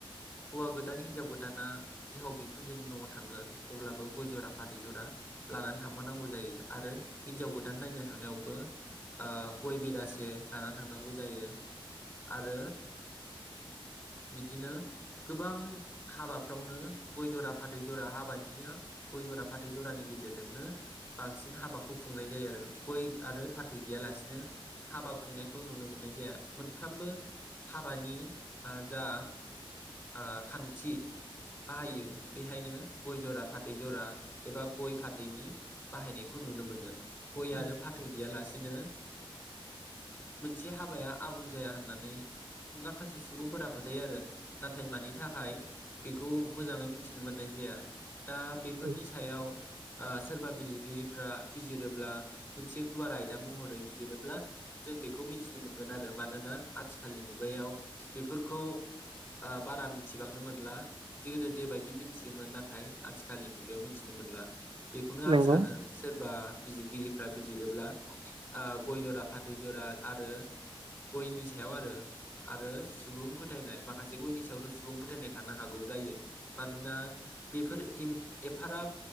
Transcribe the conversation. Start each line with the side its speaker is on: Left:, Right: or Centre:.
Left: हौवा गोदान हिनजाव गोदाना बिहाव बिखुनजोनि न'आव थांगोन अब्लाबो गय ज'रा फाथै ज'रा लानानै थांफानांगौ जायो आरो हिनजाव गोदान नायनो थांनायावबो ओ गय बेदासे लाना थांनांगौ जायो आरो बिदिनो गोबां हाबाफ्रावनो गय ज'रा फाथै ज'रा हाबानिया गय ज'रा फाथै जरानि गेजेरजोंनो बांसिन हाबाखौ खुंनाय जायो आरो गय आरो फाथै गैयालासिनो हाबा खुंनायखौ नुनो मोननाय <unintelligible> मोनफ्रोमबो हाबानि जा ओ खान्थि बाहायो बेहायनो गय जरा फाथै जरा एबा गय फाथैनि बाहायनायखौ नुनो मोनो। गय
Right: औ
Left: आरो फाथै गैयालासे <unintelligible> ओ <unintelligible> हाबाया आबुं जाया होननानै माखासे सुबुंफोरा फोथायो आरो। नाथाय मानि थाखाय। बेखौ मोजाङै मिथिनो मोननाय जाया। दा बेफोरनि
Right: औ
Left: सायाव ओ। सोरबा बिजिरगिरिफ्रा बिजिरोब्ला मोनसे गुवार आयदा महरै बिजिरोब्ला जों बेखौ मिन्थि मोनगोन आरो मानोना आथिखालनि मुगायाव बेफोरखौ ओ बारा मिथिबांनो मोनला जदो जेबायदि मिथियोमोन, नाथाय आथिखालनि मुगायाव मिथिनो मोनला। बेखौनो आं
Right: नंगौ
Left: सानो सोरबा बिजिरगिरि फ्रा बिजिरोब्ला ओ गय जरा फाथै जरा आरो गयनि सायाव आरो आरो सुबुं फोथायनाय माखासे गयनि सायावथ' सुबुं फोथायनाय थानो हागौ। जायो मानोना बेफोर एफाराब